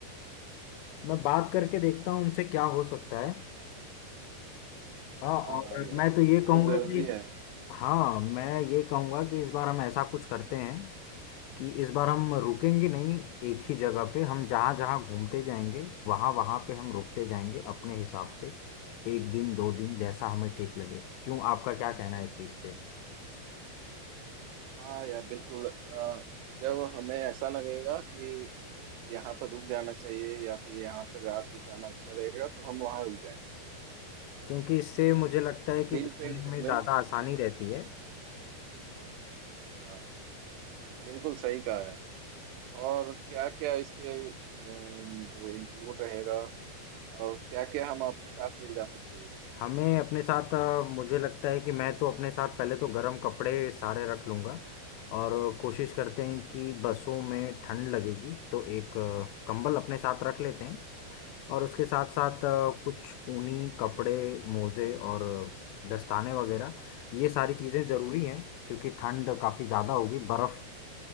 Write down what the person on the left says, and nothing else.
मैं बात करके देखता हूँ उनसे क्या हो सकता है हाँ
और
मैं तो ये
कहूँगा
कि
हाँ मैं ये कहूँगा कि इस बार हम ऐसा कुछ करते हैं कि इस बार हम रुकेंगे नहीं एक ही जगह पे हम जहाँ जहाँ घूमते जाएंगे वहाँ वहाँ पे हम रुकते जाएंगे अपने हिसाब से एक दिन दो दिन जैसा हमें ठीक लगे क्यों आपका क्या कहना है इस चीज़ पे
क्योंकि इससे मुझे लगता
है कि
घूमने
में ज़्यादा आसानी
रहती है
हमें अपने साथ अ, मुझे लगता है कि मैं तो अपने साथ पहले तो गर्म कपड़े सारे रख लूँगा और कोशिश करते हैं कि
बसों में ठंड लगेगी तो एक अ, कंबल अपने साथ रख लेते हैं और उसके साथ साथ अ,
कुछ ऊनी कपड़े मोजे और दस्ताने वगैरह ये सारी चीज़ें ज़रूरी हैं क्योंकि ठंड काफ़ी ज़्यादा होगी बर्फ़